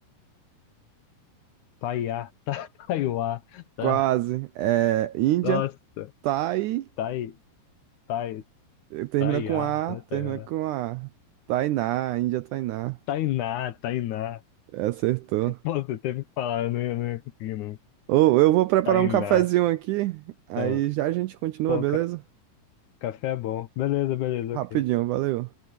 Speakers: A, on the left; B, on the right.
A: Taiá, <laughs> tá, Taiuá,
B: Quase.
A: tá,
B: É Índia,
A: nossa,
B: Thai,
A: Tai, Tai,
B: termina
A: Taiá,
B: com A,
A: não
B: termina
A: é Taiá.
B: com A. Tainá, Índia Tainá.
A: Tainá, Tainá.
B: É, Acertou.
A: Pô, você teve que falar, eu não ia, eu não ia conseguir, não.
B: Ou eu vou preparar
A: Tainá,
B: um cafezinho aqui, aí
A: tá,
B: já a gente continua,
A: pô,
B: beleza?
A: Café é bom. Beleza, beleza,
B: Rapidinho,
A: ok.
B: valeu.